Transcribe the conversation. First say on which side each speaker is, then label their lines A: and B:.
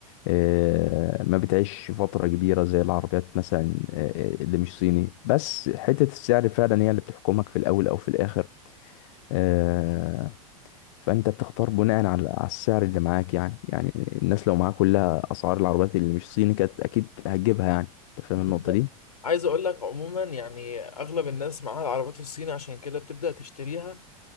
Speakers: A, on the left (about 55°); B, on the left (about 80°).
A: آه ما بتعيش فترة كبيرة زي العربيات مثلا آه اللي مش صيني بس حتة السعر فعلا هي اللي بتحكمك في الاول او في الاخر آه فانت بتختار بناء على على السعر اللي معاك يعني يعني الناس لو معاك كلها اسعار العربيات اللي مش صيني كانت اكيد هتجيبها يعني انت فاهم
B: بالظبط.
A: النقطة دي
B: عايز اقول لك عموما يعني اغلب الناس معاها العربيات الصيني عشان كده بتبدا تشتريها